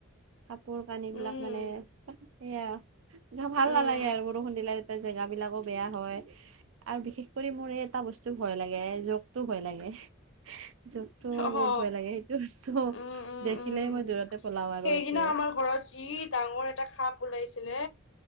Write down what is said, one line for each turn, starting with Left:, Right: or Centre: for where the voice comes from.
Right: কাপোৰ কানি বিলাক
Left: উম
Right: মানে সেয়া আ- ভাল
Left: উম
Right: নালাগে আৰু বৰষুণ দিলে এতিয়া জেগা বিলাকো বেয়া হয়। আৰু বিশেষ কৰি মোৰ এই এটা বস্তু ভয় লাগে ৰোগতটো ভয় লাগে। জোকতো
Left: অ
Right: মোৰ বহুত ভয় লাগে সেইটো বস্তু-
Left: উম উম
Right: দেখিলেই
Left: উম
Right: মই দুৰতে পলাও আৰু
Left: সেইদিনা
Right: সেইটোৱে।
Left: আমাৰ ঘৰত যি ডাঙৰ এটা সাপ ওলাইছিলে